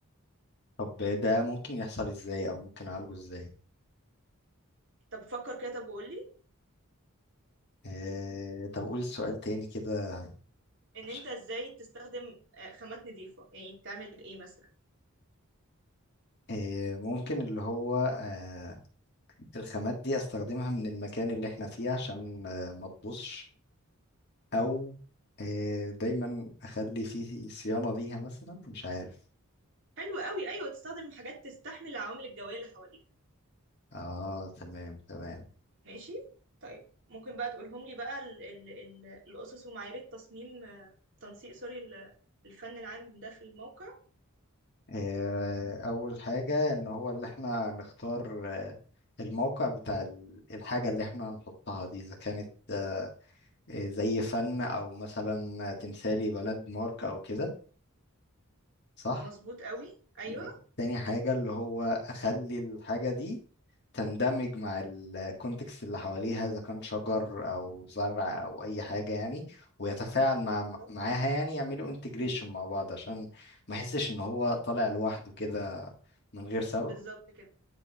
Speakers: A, on the left; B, on the right.
A: طب ده ممكن يحصل ازاي او ممكن اعالجه ازاي
B: طب فكر كده طب وقول لي
A: آه طب قول السؤال تاني كده
B: ان
A: عشان-
B: انت ازاي تستخدم آه، خامات نظيفة يعني تعمل ايه مثلا
A: آه ممكن اللي هو آه الخامات دي استخدمها من المكان اللي احنا فيه عشان آه ما تبوظش او آه، دايما اخلي فيه صيانة ليها مثلا مش عارف
B: حلو قوي ايوه تستخدم حاجات تستحمل العوامل الجوية اللي حواليك
A: اه تمام تمام
B: ماشي طيب ممكن بقى تقولهم لي بقى ال ال ال الأسس ومعايير التصميم آه، تنسيق سوري ال- الفن العام ده في الموقع
A: آه، اول حاجة ان هو اللي احنا نختار آه، الموقع بتاع ال- الحاجة اللي احنا هنحطها دي اذا كانت آه، آه، زي فن او مثلا تمثالي بلد مارك او كده صح
B: مظبوط قوي أيوه
A: دي تاني حاجة اللي هو اخلي الحاجة دي تندمج مع الكونتكست اللي حواليها اذا كان شجر او زرع او اي حاجه يعني ويتفاعل مع
B: بالظبط
A: معاها يعني يعملوا انتجريشن مع بعض عشان ما يحسش ان هو طالع لوحده كده من غير سبب
B: بالظبط كده